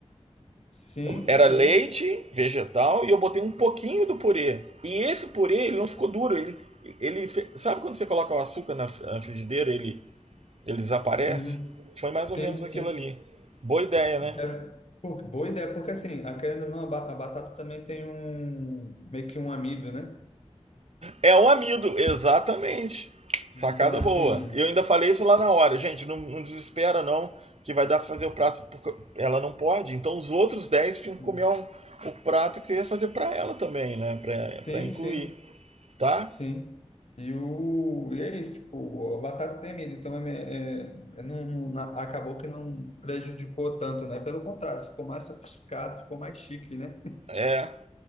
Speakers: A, on the left (about 65°); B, on the right (about 65°).
A: sim,
B: Era
A: sim,
B: leite vegetal e eu botei um pouquinho do purê. E esse purê, ele não ficou duro. Ele, ele Sabe quando você coloca o açúcar na frigideira ele, ele desaparece?
A: uhum.
B: Foi mais
A: Sim,
B: ou menos aquilo
A: sim.
B: ali. Boa ideia,
A: Deve-
B: né?
A: pô, boa ideia, porque assim, a querendo ou não, a ba- a batata também tem um, meio que um amido, né?
B: É o amido, exatamente. Sacada
A: Então, assim,
B: boa. Eu ainda falei isso lá na hora. Gente, não, não desespera não, que vai dar pra fazer o prato. porque Ela não pode. Então os outros 10 tinham que
A: hum,
B: comer um- o prato que eu ia fazer pra ela também, né? Pra,
A: sim,
B: pra incluir,
A: sim,
B: tá?
A: sim. E, o, e é isso, tipo, a batata tem amido, então é, me- é- é não, não- na- acabou que não prejudicou tanto, né? Pelo contrário, ficou mais sofisticado, ficou mais chique, né?
B: É.